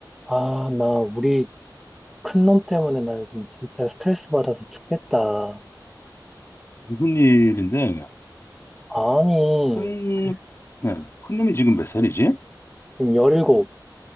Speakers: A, in the centre; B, on the left.
A: 아, 나 우리 큰 놈 때문에 나 요즘 진짜 스트레스 받아서 죽겠다.
B: 무슨 일인데,
A: 아니,
B: 큰,
A: 그,
B: 네, 큰 놈이 지금 몇 살이지?
A: 지금 17,